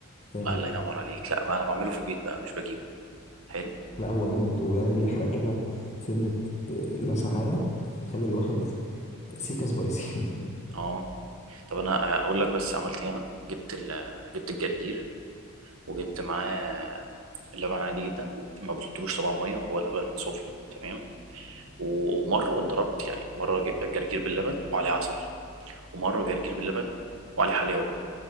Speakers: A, on the left; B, on the right.
A: جامد
B: آه، الله ينور عليك لا بقى أنا بعمله في البيت بقى مش بجيبه حلو
A: لا هو جامد وبعدين بيحرق كده سنه آه، لسعانه بيخلي الواحد سيكا سبايسي <laughs>
B: اه طب أنا أقول لك بس عملت إيه أنا جبت ال... جبت الجرجير وجبت معاه اللبن عادي جدا ما بحطلوش طبعا ميه هو لبن صوفي تمام و- ومره ضربت يعني مره ج- جرجير باللبن وعليه عسل ومره جرجير باللبن وعليه حلاوه